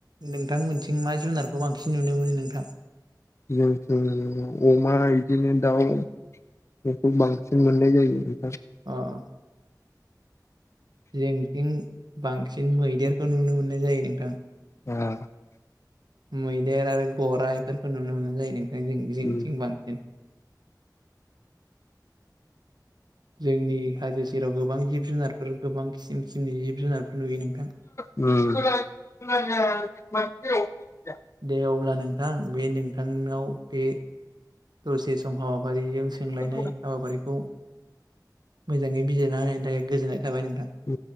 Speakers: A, on the right; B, on the left.
A: नोंथां मोनथिं मा जुनारखौ बांसिन नुनो मोनो नोंथां
B: जों जों अमा बिदिनो दाउ बेखौ बांसिन मोननाय जायो
A: अह जोंनिथिं बांसिन मैदेरखौ नुनो मोननाय जायो नोंथां
B: ओह
A: मैदेर आरो गराइ बेफोरखौ नुनो मोननाय जायो नोंथां जों जिंनिथिं
B: उम
A: बांसिन जोंनि हाजो सेराव गोबां जिब जुनारफोर गोबां खिसिम खिसिमनि जिब जुनारफोर नुयो नोंथां
B: उम <unintelligible>
A: दे अब्ला नोंथां बे नोंथांनाव बे दसे समाव हाबाफारिजों सोंलायनाय
B: दे
A: हाबाफारिखौ मोजाङै बिजिरना होनायनि थाखाय गोजोननाय थाबाय नों
B: औ